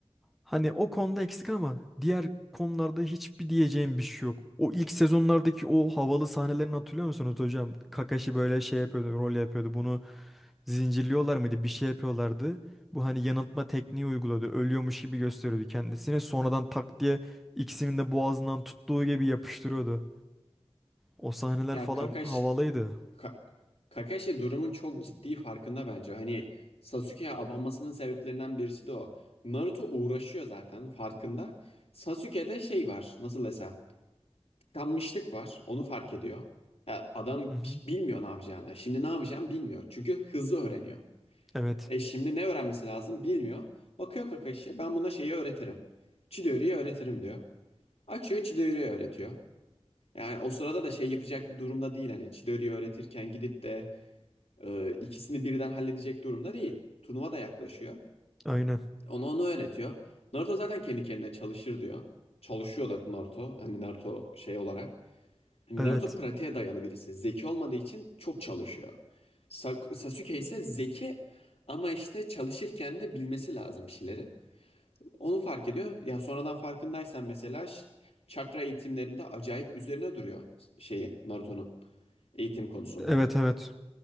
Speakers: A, in the centre; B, on the left (about 75°).
A: Hani o konuda eksik ama diğer konularda hiçbir diyeceğim bir şey yok. O ilk sezonlardaki o havalı sahnelerini hatırlıyor musunuz hocam? Kakashi böyle şey yapıyordu, rol yapıyordu. Bunu zincirliyorlar mıydı? Bir şey yapıyorlardı. Bu hani yanıltma tekniği uyguladı. Ölüyormuş gibi gösteriyordu kendisini. Sonradan tak diye ikisinin de boğazından tuttuğu gibi yapıştırıyordu. O sahneler
B: Ya
A: falan
B: Kakashi,
A: havalıydı.
B: Ka- Kakashi durumun çok ciddi farkında bence. Hani Sasuke'ye abanmasının sebeplerinden birisi de o. Naruto uğraşıyor zaten farkında. Sasuke'de şey var nasıl desem. Tıkanmışlık var onu fark ediyor. Ya adam
A: Hı hı.
B: bilmiyor ne yapacağını. Şimdi ne yapacağını bilmiyor. Çünkü hızlı öğreniyor.
A: Evet,
B: E şimdi ne öğrenmesi lazım bilmiyor. Bakıyor Kakashi ben buna şeyi öğretirim. Chidori'yi öğretirim diyor. Açıyor Chidori'yi öğretiyor. Yani o sırada da şey yapacak bir durumda değil hani Chidori'yi öğretirken gidip de e, ikisini birden halledecek durumda değil. Turnuva da yaklaşıyor.
A: aynen.
B: Ona onu öğretiyor. Naruto zaten kendi kendine çalışır diyor. Çalışıyor da Naruto. Hani Naruto şey olarak. Hani
A: Evet.
B: Naruto pratiğe dayalı birisi. Zeki olmadığı için çok çalışıyor. Sak- Sasuke ise zeki ama işte çalışırken de bilmesi lazım bir şeyleri. Onu fark ediyor. Ya sonradan farkındaysan mesela ş- çakra eğitimlerinde acayip üzerine duruyor şeyi Naruto'nun. Eğitim konusunda.
A: Evet evet.